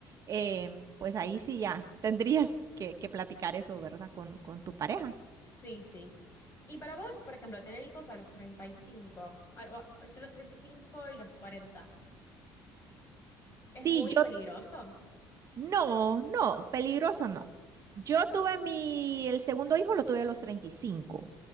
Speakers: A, on the right; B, on the left.
A: eh, pues ahí sí ya tendrías que, que platicar eso, ¿verdad? Con, con tu pareja.
B: Sí, sí. Y para vos, por ejemplo, tener hijos a los 35, a- o a- entre los treinta y cinco y los 40, ¿es
A: Sí,
B: muy
A: yo
B: peligroso?
A: No, no, peligroso no. Yo tuve mi, el segundo hijo lo tuve a los 35.